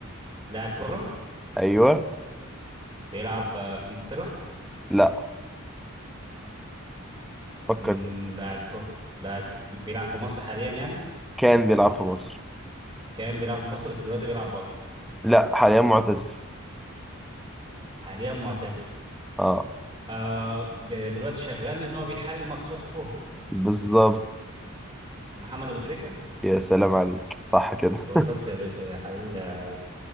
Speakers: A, on the right; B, in the centre.
A: لاعب كره
B: ايوه
A: بيلعب آه، في انجلترا
B: لا فكر
A: مم، لاعب كره لاعب كرة. بيلعب في مصر حاليا يعني
B: كان بيلعب في مصر
A: كان بيلعب في مصر بس دلوقتي بيلعب بره
B: لا حاليا معتزل
A: حاليا معتزل
B: اه
A: آه ب- دلوقتي شغال ان هو بيحلل ماتشات الكوره
B: بالظبط
A: محمد ابو تريكه
B: يا سلام عليك صح كده
A: وصلت يا باشا يا حبيبي ده